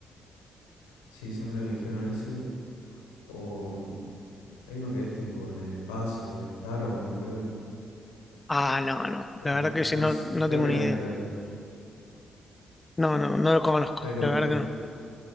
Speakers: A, on the left; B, on the left.
A: Sí, siempre me dijeron ese. O hay uno que es tipo en el espacio, el Starbound, creo.
B: Ah, no, no,
A: Pero
B: la
A: es
B: verdad
A: mu-
B: que ese
A: no
B: no,
A: sé,
B: no
A: creo
B: tengo
A: que
B: ni
A: nada
B: idea.
A: que ver.
B: No, no, no lo conozco,
A: Ahí lo
B: la
A: busqué.
B: verdad que no.